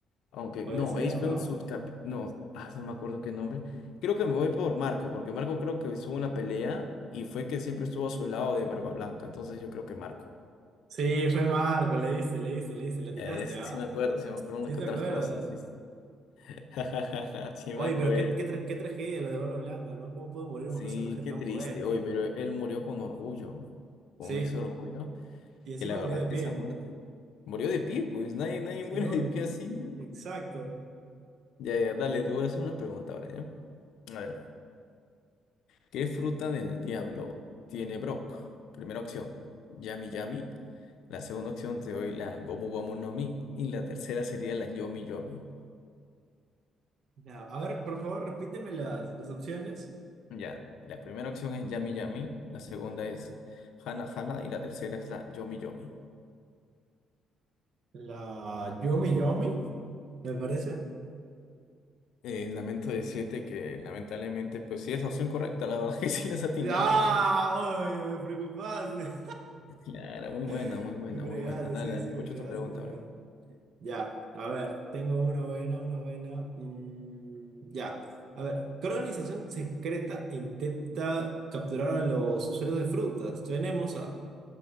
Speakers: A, on the left; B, on the right.
A: Aunque,
B: Puede
A: no,
B: ser,
A: Ace
B: ¿no?
A: fue un subcap... No, ah, no me acuerdo qué nombre. Creo que me voy por Marco, porque Marco creo que estuvo en una pelea y fue que siempre estuvo a su lado de Barba Blanca. Entonces yo creo que Marco.
B: Sí, fue Marco, le dice, le dice, le dice, le atinaste,
A: Eh, es-
B: ¿ah?
A: sí me acuerdo, sí me acuerdo
B: Sí
A: una que
B: te
A: otras
B: acuerdas.
A: cosas, ¿viste? <laughs> Sí
B: Oye,
A: me acuerdo.
B: pero qué, qué, tra- qué tragedia lo de Barba Blanca, ¿no? ¿Cómo pudo morir
A: Sí,
B: un personaje tan
A: qué triste.
B: fuerte?
A: Oye, pero él murió con orgullo. Con
B: Sí,
A: ese orgullo,
B: y encima
A: que la verdad
B: murió de
A: es
B: pie.
A: que esa muerte... Murió de pie, pues nadie, nadie
B: Sí,
A: muere
B: obvio.
A: de pie así, ¿no?
B: Exacto.
A: Ya, ya, dale, te voy a hacer una pregunta ahora, ¿ya? A ver, ¿qué fruta del diablo tiene Brock? Primera opción, Yami Yami. La segunda opción te doy la Gomu Gomu no Mi. Y la tercera sería la Yomi Yomi.
B: Ya, a ver, por favor, repíteme las, las opciones.
A: Ya, la primera opción es Yami Yami. La segunda es Hana Hana. Y la tercera es la Yomi Yomi.
B: La Yomi Yomi, me parece.
A: Eh, lamento decirte que lamentablemente, pues sí es la opción correcta. La verdad <laughs> que sí les has atinado.
B: ¡Ah!
A: <laughs>
B: Oye, me preocupaste.
A: Claro, muy buena,
B: <laughs>
A: muy buena,
B: Me
A: muy
B: fregaste,
A: buena. Dale,
B: sí,
A: dale,
B: sí,
A: escucho
B: me fregaste,
A: tu pregunta,
B: me fregaste.
A: bro.
B: Ya, a ver, tengo una buena, una buena. mm, ya, a ver, ¿qué organización secreta intenta capturar a los usuarios de frutas? Tenemos a